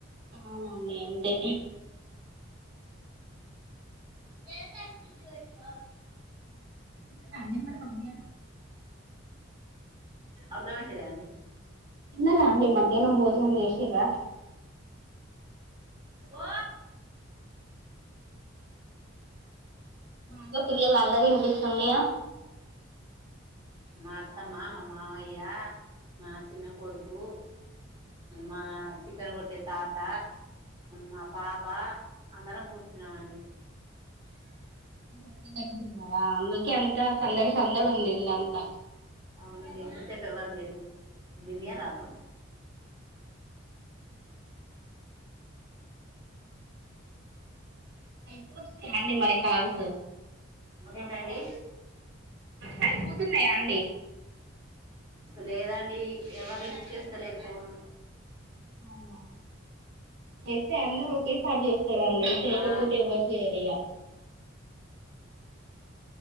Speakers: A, on the right; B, on the right.
A: అవునా నే అంటె
B: ఫ్రి వట్కో
A: ఇవి అన్ని మన మమ్మీ ఐనా
B: అర్థం అయిత లేదండి
A: తిన్నారా అండి మధ్యాహ్నం భోజనం చేసిర్రా
B: ఓ
A: బాగా పిల్లల అల్లరి వినిపిస్ తున్నాయా
B: మా అత్తమ్మ మా మావయ్య మా చిన్న కొడుకు మా చికెన్ కొట్టే తాత మా పాప అందరం కూర్చున్నామండి
A: <unintelligible> అంతా సందడి సందడి ఉంది ఇల్లంతా
B: అవునా ఎంత సే రేపు ఎవరు లేరు దీనే రాను
A: అయిపోతున్నాయా అండి మరి కాల్స్
B: ఏంటి అండి
A: సరిపోతున్నాయా అండి
B: లేదు అండి ఎవరు లిఫ్ట్ చేస్త లేరు ఫోను
A: అవునా చేస్తే అందరూ ఒకేసారి చేస్ సరే అండి చెయ్యకపోతే
B: ఆ
A: ఎవరు చెయ్యరు ఇక ఆ